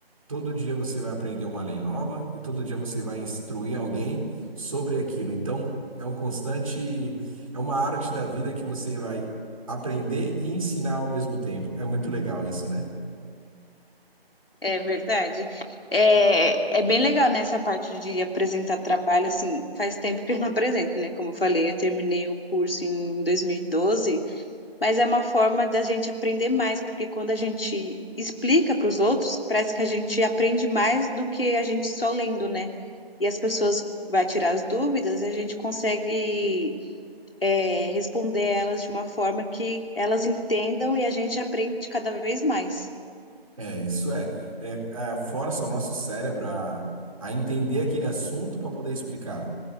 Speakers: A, on the right (about 35°); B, on the left (about 65°).
A: Todo dia você vai aprender uma lei nova e todo dia você vai instruir alguém sobre aquilo. Então, é um constante, é uma arte da vida que você vai aprender e ensinar ao mesmo tempo. É muito legal isso, né?
B: É verdade. É, é bem legal nessa parte de apresentar trabalho, assim, faz tempo que eu não apresento, né? Como eu falei, eu terminei o curso em 2012, mas é uma forma da gente aprender mais, porque quando a gente explica para os outros, parece que a gente aprende mais do que a gente só lendo, né? E as pessoas vai tirar as dúvidas, e a gente consegue é, responder elas de uma forma que elas entendam e a gente aprende cada vez mais.
A: É, isso é. É, é, força o nosso cérebro a, a entender aquele assunto para poder explicar.